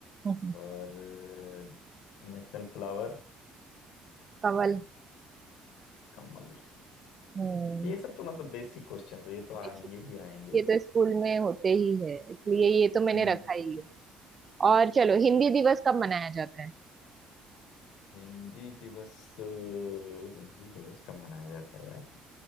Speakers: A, on the right; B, on the left.
A: हम्म,
B: और नेशनल फ्लावर
A: कवल
B: कमल
A: हम्म
B: ये सब तो मतलब बेसिक क्वेश्चंस है ये तो आएंगे
A: बेशक।
B: ही आएंगे
A: ये तो स्कूल में होते ही है इसलिए ये तो मैंने
B: हम्म हम्म,
A: रखा ही
B: हम्म।
A: है और चलो हिंदी दिवस कब मनाया जाता है
B: हिंदी दिवस अ, हिंदी दिवस कब मनाया जाता है यार